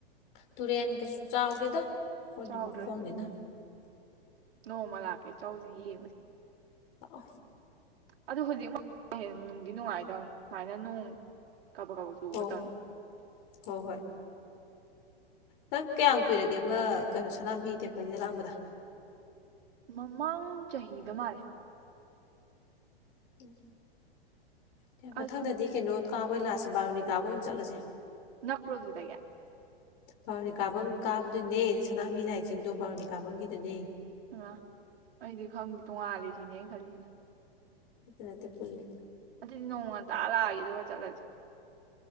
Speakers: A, on the left; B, on the right.
A: ꯇꯨꯔꯦꯟ ꯀꯩꯁꯨ ꯆꯥꯎꯗꯦꯗ ꯑꯩꯈꯣꯏꯗꯤ
B: ꯆꯥꯎꯗ꯭ꯔꯁꯨ
A: ꯃꯈꯣꯡꯅꯤꯅ
B: ꯎꯝ ꯅꯣꯡꯃ ꯂꯥꯛꯀꯦ ꯆꯧꯁꯤ ꯌꯦꯡꯉꯨꯁꯤ
A: ꯑ
B: ꯑꯗꯨ ꯍꯧꯖꯤꯛꯃꯛ ꯍ ꯅꯨꯡꯗꯤ ꯅꯨꯡꯉꯥꯏꯇꯦ ꯁꯨꯃꯥꯏꯅ ꯅꯣꯡ ꯀꯥꯕꯛ ꯀꯥꯕꯛ ꯆꯨꯕ
A: ꯍꯣ
B: ꯃꯇꯝꯅꯤ
A: ꯍꯣꯏ ꯍꯣ ꯍꯣꯏ ꯅꯪ ꯀꯌꯥꯝ ꯀꯨꯏꯔꯒꯦ ꯑꯃ ꯀꯩꯅꯣ ꯁꯅꯥꯃꯍꯤ ꯇꯦꯝꯄꯜꯒꯤꯗ ꯂꯥꯛꯑꯝꯕꯗꯣ
B: ꯃꯃꯥꯡ ꯆꯍꯤꯗ ꯃꯥꯜꯂꯦ
A: ꯎ ꯐ
B: ꯑꯁ
A: ꯃꯊꯪꯗꯗꯤ
B: ꯁꯨꯝ
A: ꯀꯩꯅꯣ ꯀꯥꯕꯣꯏ ꯂꯥꯛꯁꯦ ꯕꯥꯔꯨꯅꯤ ꯀꯥꯕꯣꯏ ꯑꯣꯏꯅ ꯆꯠꯂꯁꯦ
B: ꯅꯛꯄ꯭ꯔꯣ ꯑꯗꯨꯗꯒꯤ
A: ꯕꯥꯔꯣꯅꯤ ꯀꯥꯕ ꯀꯥꯕꯗꯨꯅꯦ ꯁꯅꯥꯃꯍꯤ ꯂꯥꯏ ꯆꯤꯡꯗꯣ ꯕꯥꯔꯣꯅꯤ ꯀꯥꯐꯝꯒꯤꯗꯅꯦ
B: ꯑ ꯑꯩꯗꯤ ꯈꯪꯗꯦ ꯇꯣꯡꯉꯥꯂꯦ ꯁꯤꯅꯦ ꯈꯜꯂꯤꯁꯤꯅ
A: ꯅꯠꯇꯦ ꯄꯨꯂꯦ
B: ꯑꯗꯨꯗꯤ ꯅꯣꯡ ꯉ ꯇ ꯂꯥꯛꯑꯒꯦ ꯑꯗꯨꯒ ꯆꯠꯂꯁꯤ